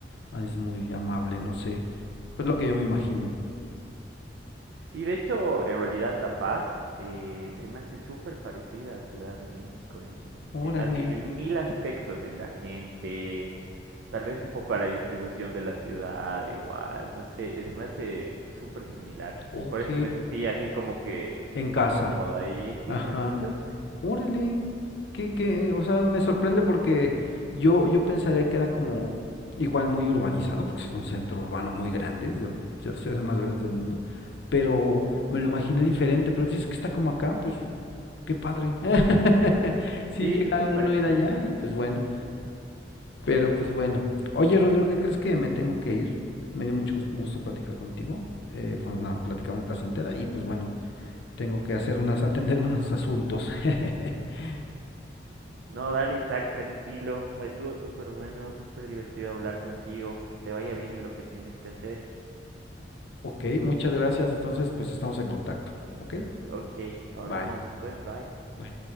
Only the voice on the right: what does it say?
Sí, de hecho, en realidad La Paz eh, se me hace súper parecida a Ciudad de México, en,
en- así, en mil aspectos, en la gente, tal vez un poco a la distribución de la ciudad, igual, no sé, eh, se me hace súper similar.
Por eso me sentí así como que
súper
cómoda y sí,
tranquilo.
Sí,
súper
parecido.
No, dale Isaac, tranquilo. estuvo súper bueno, súper divertido hablar contigo. Que te vaya bien en lo que tienes que hacer.
Ok, hablamos
después, bye.